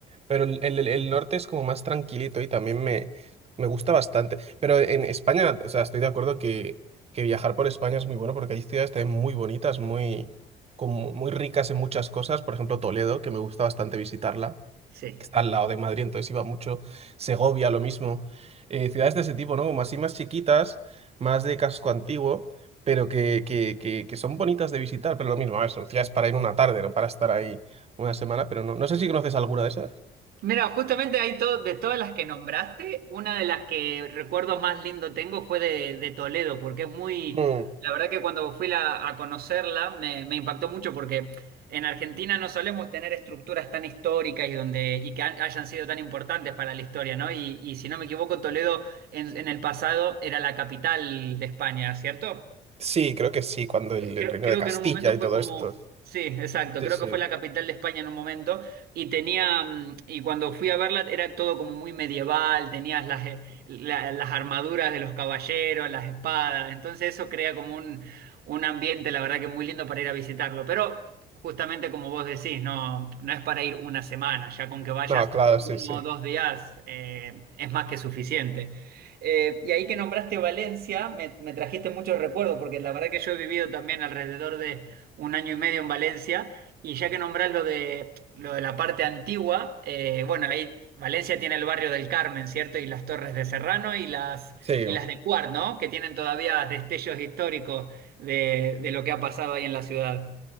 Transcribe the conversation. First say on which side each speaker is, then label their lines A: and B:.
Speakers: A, on the right; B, on the right.
A: Pero el, el- el norte es como más tranquilito y también me, me gusta bastante. Pero en España, o sea, estoy de acuerdo que, que viajar por España es muy bueno porque hay ciudades también muy bonitas, muy, como muy ricas en muchas cosas. Por ejemplo, Toledo, que me gusta bastante visitarla,
B: Sí.
A: que está al lado de Madrid, entonces iba mucho. Segovia, lo mismo. Eh, ciudades de ese tipo, ¿no? Como así más chiquitas, más de casco antiguo, pero que, que, que, que son bonitas de visitar. Pero lo mismo, a ver, son ciudades para ir una tarde, no para estar ahí una semana. Pero no, no sé si conoces alguna de esas.
B: Mira, justamente hay todo, de todas las que nombraste, una de las que recuerdo más lindo tengo fue de, de Toledo, porque es muy,
A: Mm,
B: la verdad que cuando fui la- a conocerla me, me impactó mucho porque en Argentina no solemos tener estructuras tan históricas y donde y que han- hayan sido tan importantes para la historia, ¿no? Y, y si no me equivoco, Toledo en, en el pasado era la capital de España, ¿cierto?
A: sí, creo que sí, cuando el, el
B: Creo,
A: reino
B: creo
A: de Castilla
B: que en un momento
A: y
B: fue
A: todo
B: como,
A: esto.
B: sí, exacto,
A: Sí,
B: creo
A: sí.
B: que fue la capital de España en un momento y tenía, mm, y cuando fui a verla era todo como muy medieval, tenías las, eh, la- las armaduras de los caballeros, las espadas, entonces eso crea como un, un ambiente, la verdad que muy lindo para ir a visitarlo, pero justamente como vos decís, no, no es para ir una semana, ya con que vayas
A: No, claro, sí,
B: uno
A: sí.
B: o dos días eh, es más que suficiente. Eh, y ahí que nombraste Valencia, me, me trajiste muchos recuerdos, porque la verdad que yo he vivido también alrededor de un año y medio en Valencia, y ya que nombrás lo de, lo de la parte antigua, eh, bueno, ahí Valencia tiene el barrio del Carmen, ¿cierto? Y las Torres de Serrano y las,
A: Sí,
B: y las de Cuart, ¿no? Que tienen todavía destellos históricos de, de lo que ha pasado ahí en la ciudad.